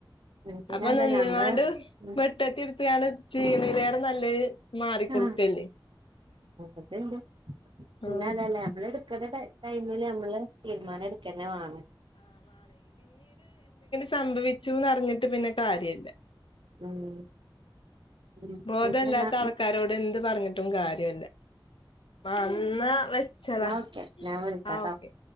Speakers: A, on the right; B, on the left.
A: ഉം പിന്നെ
B: അപ്പൊ
A: അതല്ല
B: നിന്നാണ്ട്
A: നമ്മള് ഉം
B: വെട്ടത്തി എടുത്തുകാണ് ചീണിലയറ നല്ലത് മാറിക്കൊടുക്കല്ലേ
A: ആ അത്ണ്ട് പിന്നെ
B: ആഹ്
A: അതല്ല നമ്മള് എടു ടൈമില് നമ്മള് തീരുമാനം എടുക്കന്നെ വേണം
B: സംഭവിച്ചുന്നറിഞ്ഞിട്ട് പിന്നെ കാര്യല്ല
A: ഉം ഉം
B: ബോധല്ലാത്ത
A: പിന്നെന്നാ
B: ആൾക്കാരോട് എന്ത് പറഞ്ഞിട്ടും കാര്യല്ല അന്നാ വെച്ചളാ
A: എന്നാ ഓക്കെ ഞാൻ വിളിക്കാട്ടോ
B: ആ ഓക്കെ